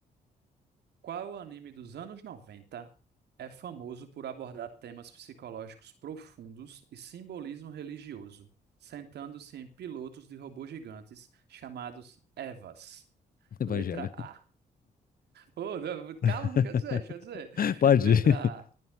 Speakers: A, on the right; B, on the left.
A: Qual anime dos anos 90 é famoso por abordar temas psicológicos profundos e simbolismo religioso, sentando-se em pilotos de robôs gigantes chamados Evas?
B: Evangelho.
A: Letra A. Oh, não, calma,
B: <laughs>
A: deixa eu dizer, deixa eu dizer.
B: Pode
A: Letra
B: ir.
A: A.